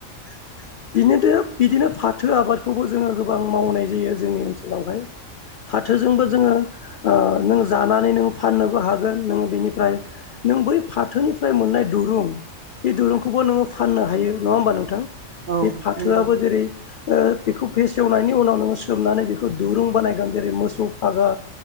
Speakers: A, on the right; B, on the left.
A: <inaudible>
B: बिनोदे बिदिनो फाथो आबादखौबो जोङो गोबां मावनाय जायो जोंनि ओनसोलावहाय। फाथोजोंबो जोङो ओ जानानै नों फाननोबो हागोन नों बेनिफ्राय नों बै फाथोनिफ्राय मोननाय दु रुं बे दुरुंखौबो नोङो फाननो हायो नङा होमबा नोंथां? बे
A: औ
B: फाथोआबो
A: नंगौ
B: जेरै ओ बेखौ फेसेवनायनि उनाव नोङो सोमनानै बेखौ दुरुं बानायगोन जेरै मोसौ फागा